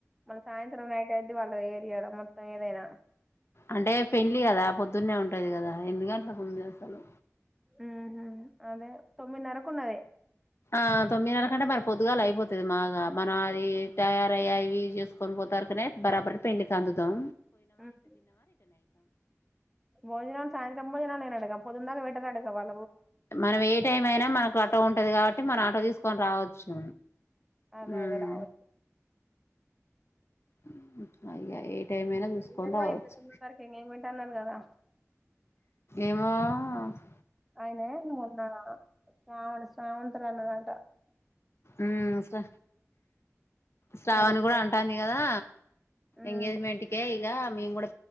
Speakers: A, in the centre; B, on the left.
A: మళ్ళ సాయంత్రం నైట్ ఐద్ది వాళ్ళు ఏరియాల మొత్తం ఏదైనా.
B: అంటే పెండ్లి గదా పొద్దున్నే ఉంటది గదా ఎన్ని గంట్లకుందో అసలు.
A: ఉమ్ హూ అదే. తొమ్మిదిన్నరకు ఉన్నది
B: ఆ తొమ్మిన్నర కంటే మర్. పొద్దుగాలైపోతది మాగా మనం అది టయారయ్య అవి ఇవి జేస్కొని పోతార్ కనే బరాబర్ పెండ్లికందుతాం.
A: ఉమ్ భోజనాల్ సాయంత్రం బోజనాలేనంటగా పొద్దున్ దాక వె. ట్టరంటగా వాల్
B: మనం ఏ టైమైనా మనకు అటో ఉంటది కావట్టి మన ఆటో దీస్కొని రావచ్చు
A: అదే
B: ఉమ్.
A: అదే రావచ్చు
B: ఉమ్ అయ్య ఏ టేమైనా
A: వీళ్ళది
B: జూస్కొని
A: కూడా
B: రావచ్చు
A: ఇరవై తొమ్మిది వరకు ఎంగేజ్మెంట్ అన్నారు కదా
B: ఏమో. అఫ్
A: ఆయ్నే మ్ శ్రావణ శ్రావణ్ తోడన్నడంట.
B: ఉమ్ శ్ర శ్రావణి
A: ఇయాల ఇరవై
B: గూడంటాంది కదా
A: ఉమ్
B: ఎంగేజ్మెంట్కే ఇగ. మేమ్ గుడ